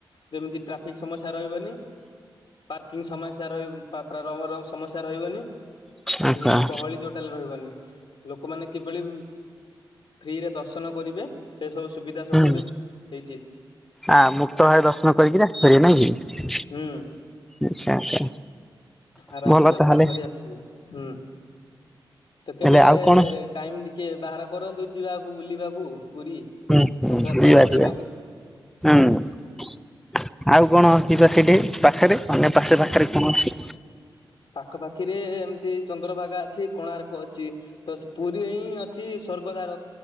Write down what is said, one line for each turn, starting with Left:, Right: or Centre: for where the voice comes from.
Left: ଯେମିତି <unintelligible> ଟ୍ରାଫିକ ସମସ୍ୟା ରହିବନି। ପାର୍କିଂ ସମସ୍ୟା ରହି ପା-ପ୍ରା-ପ୍ରାର ମରଂ ସମସ୍ୟା ରହିବନି।
Centre: ଆଚ୍ଛା
Left: ବୁଝିଲେ ଗହଳି ଟୋଟାଲ ରହିବନି। ଲୋକମାନେ କିଭଳି ଉଁ ଫ୍ରିରେ ଦର୍ଶନ କରିବେ ସେ ସବୁ ସୁବିଧା ସବୁ
Centre: ହୁଁ
Left: ଏବେ ହେଇଛି।
Centre: ଆ ମୁକ୍ତ ଭାବେ ଦର୍ଶନ କରିକି ଆସିପାରିବେ ନାଇଁ କି?
Left: ହୁଁ
Centre: ଆଚ୍ଛା ଆଚ୍ଛା।
Left: ଆରାମସେ
Centre: ଭଲ
Left: ଦର୍ଶନ
Centre: ତାହେଲେ
Left: କରି ଆସିବେ ହୁଁ। ତ କେବେ
Centre: ହେଲେ ଆଉ କଣ
Left: ଟାଇମ ଟିକେ ବାହାର କରନ୍ତୁ ଯିବାକୁ ବୁଲିବାକୁ। ପୁରୀ।
Centre: ହୁଁ
Left: ରଥଯାତ୍ରା
Centre: ହୁଁ ଯିବା
Left: ଦେଖିବାକୁ
Centre: ଯିବା। ହୁଁ ଆଉ କଣ? ଯିବା ସେଇଠି ପାଖରେ ଅନ୍ୟ ପାଖରେ ପାଖରେ କଣ ଅଛି?
Left: ପାଖାପାଖିରେ ଏମତି ଚନ୍ଦ୍ରଭାଗା ଅଛି କୋଣାର୍କ ଅଛି ତ ସେ ପୁରୀରେ ହିଁ ଅଛି ସ୍ଵର୍ଗଦାର